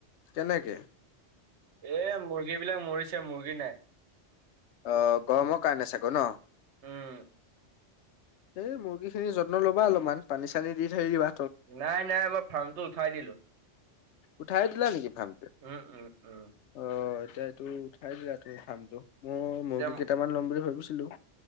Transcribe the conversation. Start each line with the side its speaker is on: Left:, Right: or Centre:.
Left: কেনেকে।
Right: এ মুৰ্গী বিলাক মৰিছে মুৰ্গী নাই।
Left: অ', গৰমৰ কাৰণে চাগে ন?
Right: উম।
Left: এই মুৰ্গী খিনি যত্ন ল'বা অলপমান পানী চানী দি থকিবা।
Right: নাই নাই মই ফাৰ্মটো উঠাই দিলো।
Left: উঠাই দিলা নেকি ফাৰ্মটো,
Right: উম উম উম
Left: অ', এতিয়া এইটো উঠাই দিলা তোৰ ফাৰ্মটো, মই
Right: এতিয়া
Left: মুৰ্গী কেইটামান ল'ম বুলি ভাবিছিলো।